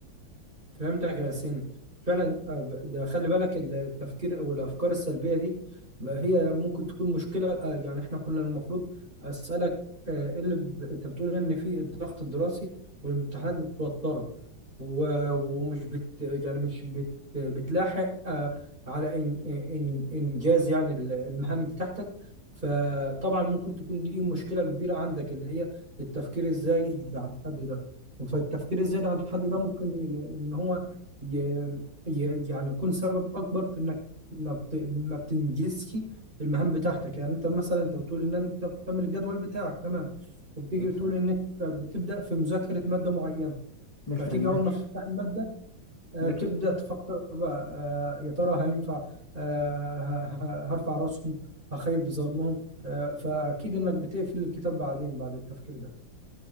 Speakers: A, on the right; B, on the left.
A: فهمتك يا سين فعلا آه، ده خلي بالك ال- التفكير او الافكار السلبيه دي ما هي ممكن تكون مشكله آه، يعني احنا كنا المفروض اسالك آه، إيه اللي ب... انت بتقول ان في الضغط الدراسي والامتحانات بتوترك و... ومش بت يعني مش بت... بتلاحق آه، على إن... إن... انجاز يعني ال- المهام بتاعتك فطبعا ممكن تكون دي مشكله كبيره عندك اللي هي التفكير ازاي عن حد ده فالتفكير الزائد عن الحد ده ممكن ان إن هو ي... ي... يعني يكون سبب اكبر في انك ما بت... ما بتنجزش المهام بتاعتك يعني انت مثلا انت بتقول ان انت بتعمل الجدول بتاعك تمام وبتيجي
B: بالفعل
A: بتقول انك بتبدا في مذاكره ماده معينه
B: بالفعل
A: فتيجي اول
B: لكن
A: ما تفتح الماده آه،
B: لكن
A: تبدا تفكر بقى آه، يا ترى هينفع آه، ه- ه- هرفع راسهم هخيب ظنهم آه، فاكيد انك بتقفل الكتاب بعدين بعد التفكير ده